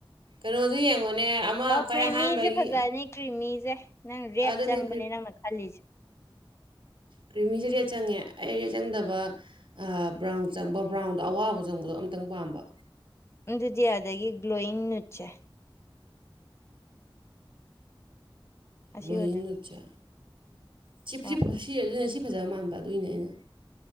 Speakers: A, on the right (about 65°); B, on the left (about 30°).
A: ꯀꯩꯅꯣꯗꯨ ꯌꯦꯡꯉꯣꯅꯦ ꯑꯃ
B: ꯑꯣ
A: ꯈ꯭ꯋꯥꯏ
B: ꯀ꯭ꯔꯤꯃꯤꯁꯦ
A: ꯑꯍꯥꯟꯕꯒꯤ
B: ꯐꯖꯅꯤ ꯀ꯭ꯔꯤꯃꯤꯁꯦ ꯅꯪ ꯔꯦꯠ
A: ꯑꯗꯨꯅꯦ
B: ꯆꯪꯕꯅꯦ ꯅꯪꯅ ꯈꯜꯂꯤꯁꯦ
A: ꯀ꯭ꯔꯤꯃꯤꯁꯦ ꯔꯦꯠ ꯆꯪꯉꯦ ꯑꯩ ꯔꯦꯠ ꯆꯪꯗꯕ ꯕ꯭ꯔꯥꯎꯟ ꯆꯪꯕ ꯕ꯭ꯔꯥꯎꯟꯗꯣ ꯑꯋꯥꯎꯕ ꯆꯪꯕꯗꯣ ꯑꯝꯇꯪ ꯄꯥꯝꯕ
B: ꯑꯗꯨꯗꯤ ꯑꯗꯒꯤ ꯒ꯭ꯂꯣꯋꯤꯡ ꯅꯤꯠꯁꯦ ꯑꯁꯤ
A: ꯒ꯭ꯂꯣꯋꯤꯡ
B: ꯑꯣꯏꯗꯣꯏꯕ
A: ꯅꯤꯠꯁꯤ ꯁꯤ ꯁꯤ
B: ꯍꯣꯏ
A: ꯁꯤ ꯑꯗꯨꯅꯦ ꯁꯤ ꯐꯖꯕ ꯃꯥꯟꯕ ꯑꯗꯨꯏꯅꯦ ꯑꯩꯅ